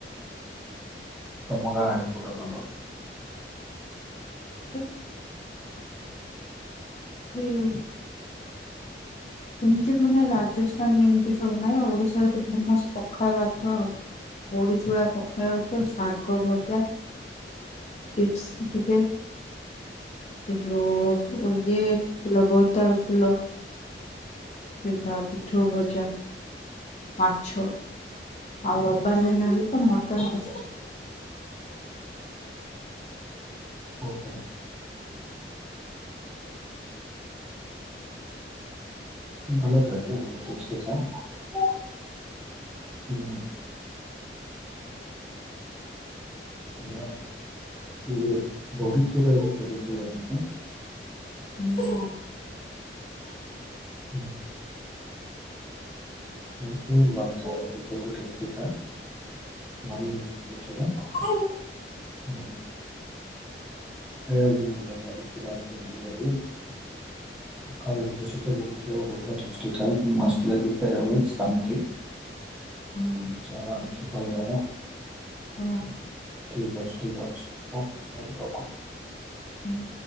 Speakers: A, in the centre; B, on the left.
A: ତମ ଗାଁ ଆଡ଼େ ପୁରା ଭଲ।
B: <inaudible> ହୁଁ। ସେମିତି ମାନେ ରାଜସ୍ଥାନ ଏମିତି ସବୁ ନାହିଁ ଓଡିଶାରେ ତ ଫେମସ ପଖାଳ ଭାତ ଆଉ। ବଡ଼ି ଚୁଳା ପଖାଳ ଭାତ ଶାଗ ଭଜା ଚିପ୍ସ ଟିକେ। ଦେଖିଓ ଇଏ ଫୁଲ ବୋଇତାଳୁ ଫୁଲ। ସେନ୍ତା ପିଠଉ ଭଜା। ମାଛ ଆଉ ରବିବାର ଦିନ ହିଁ ତ ମଟନ୍ କସା।
A: ଓହୋ। ଭଲ ଖାଇବା ଟେଷ୍ଟ ଅଛିନା ହୁଁ। ହଁ ବଡି ଚୁରା ନ <unintelligible>
B: ହୁଁ।
A: <inaudible> <unintelligible>
B: <inaudible>
A: ହୁଁଁ। ଆମର ବଡିଚୁରା <unintelligible> ବଢିଆ <unintelligible> <unintelligible>
B: ହୁଁ।
A: ଆରାମ ସେ ଖାଇବା ଆ।
B: ହୁଁ।
A: ଠିକ ଅଛି, ଠିକ ଅଛି ହଉ ତାହଲେ ରଖୁଚି।
B: ହୁଁ।